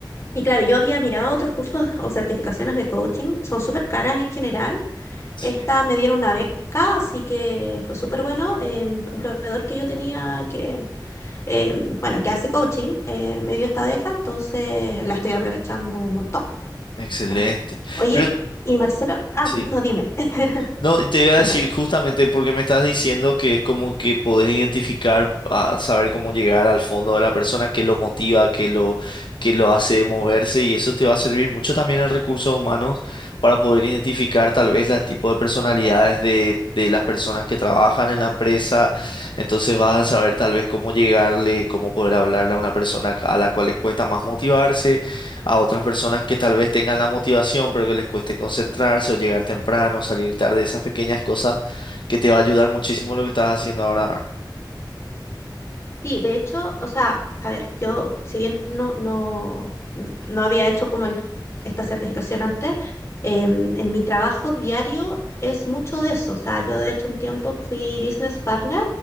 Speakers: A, on the left; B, on the left.
A: y claro, yo había mirado otros cursos o certificaciones de coaching, son súper caras en general.
B: Sí.
A: Esta me dieron una beca, así que fue súper bueno. Em, un proveedor que yo tenía que, em, bueno, que hace coaching, eh, me dio esta beca, entonces la estoy aprovechando un montón. po.
B: Excelente.
A: O sea, oye,
B: Pero
A: y Marcelo, ah,
B: sí.
A: no, dime, <laughs>
B: No, y te iba
A: cuéntame.
B: a decir justamente porque me estás diciendo que es como que podés identificar, ah, saber cómo llegar al fondo de la persona, qué lo motiva, qué lo, qué lo hace moverse y eso te va a servir mucho también en recursos humanos para poder identificar tal vez los tipos de personalidades de, de las personas que trabajan en la empresa. Entonces vas a saber tal vez cómo llegarle, cómo poder hablarle a una persona a la cual le cuesta más motivarse a otras personas que tal vez tengan la motivación, pero que les cueste concentrarse o llegar temprano, salir tarde, esas pequeñas cosas que te va a ayudar muchísimo lo que estás haciendo ahora. ahora.
A: Sí, de hecho, o sea, a ver, yo, si bien no, no, no no había hecho como el- esta certificación antes, em, en mi trabajo diario es mucho de eso. O sea, yo de hecho un tiempo fui business partner,